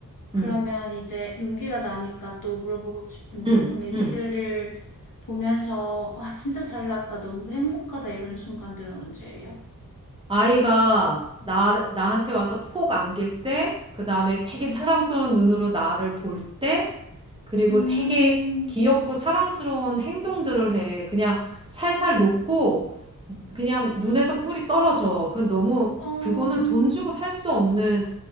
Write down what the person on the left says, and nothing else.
그러면
이제 용기가 나니까 또 물어보고 싶은 게,
그럼 애기들을
보면서, 아, 진짜 잘 나왔다. 너무 행복하다. 이런 순간들은 언제예요?
음,
음,
어,